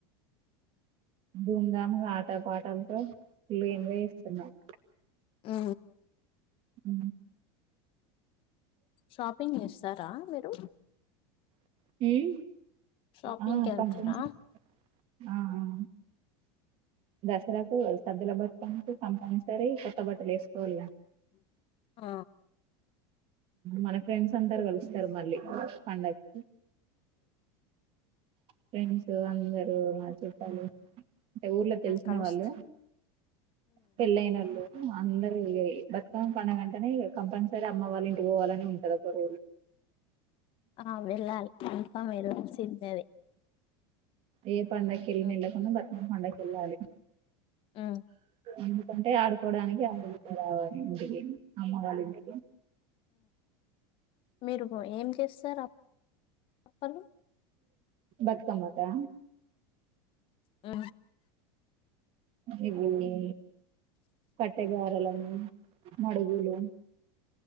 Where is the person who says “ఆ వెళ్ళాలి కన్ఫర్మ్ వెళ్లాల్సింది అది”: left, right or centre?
Left